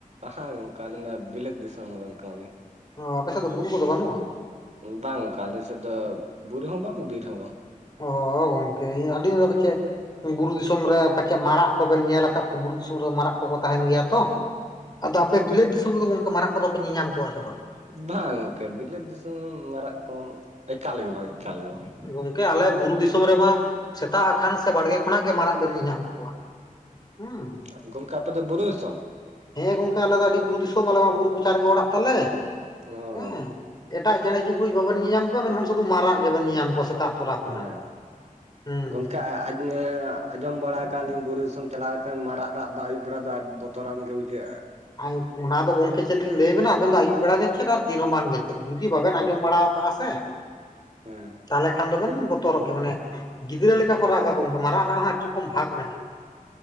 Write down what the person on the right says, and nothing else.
ᱦᱳᱭ ᱜᱚᱝᱠᱮ ᱟᱹᱞᱤᱧ ᱫᱚ ᱵᱤᱞᱟᱹᱛ ᱫᱤᱥᱚᱢ ᱨᱮᱱ ᱠᱟᱱᱟ ᱞᱤᱧ᱾
ᱵᱟᱝ ᱚᱝᱠᱟ ᱟᱞᱮ ᱥᱮᱜ ᱫᱚ ᱵᱩᱨᱩ ᱦᱚᱸ ᱵᱟᱝ ᱵᱤᱨ ᱦᱚᱸ ᱵᱟᱝ᱾
ᱵᱟᱝ ᱜᱚᱝᱠᱮ ᱵᱤᱞᱟᱹᱛ ᱫᱤᱥᱚᱢ ᱢᱟᱨᱟᱜ ᱠᱚᱢ ᱮᱠᱟᱞ ᱜᱮ ᱵᱟᱝ ᱮᱠᱟᱞ ᱜᱮ ᱵᱟᱝ᱾
ᱟᱵ ᱜᱚᱝᱠᱮ ᱟᱯᱮ ᱫᱚ ᱵᱩᱨᱩ ᱫᱤᱥᱚᱢ?
ᱚ
ᱵᱟᱞᱟᱭ,
ᱜᱚᱝᱠᱮ ᱟ ᱟᱡ ᱡᱮ ᱟᱸᱡᱚᱢ ᱵᱟᱲᱟ ᱟᱠᱟᱜ-ᱟ ᱞᱤᱧ ᱵᱩᱨᱩ ᱫᱤᱥᱚᱢ ᱪᱟᱞᱟᱣ ᱠᱟᱛᱮᱜ ᱢᱟᱨᱟᱜ ᱨᱟᱜ ᱫᱚ ᱟᱭᱩᱵ ᱵᱮᱨᱟ ᱫᱚ ᱟᱰ ᱵᱚᱛᱚᱨᱟᱱ ᱜᱮ ᱵᱩᱡᱷᱟᱹᱜ-ᱟ᱾
ᱦᱮᱸ